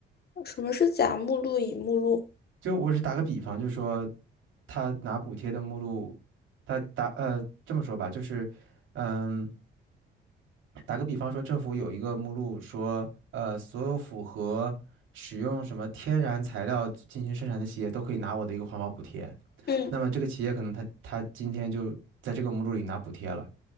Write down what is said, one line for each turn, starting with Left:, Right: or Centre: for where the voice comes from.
Left: 嗯。什么是甲目录、乙目录？
Right: 就我是打个比方，就是说他拿补贴的目录，他打呃这么说吧，就是嗯，打个比方说，政府有一个目录说，呃，所有符合使用什么天然材料进行生产的企业都可以拿我的一个环保补贴。
Left: 嗯，
Right: 那么这个企业可能他他今天就在这个目录里拿补贴了。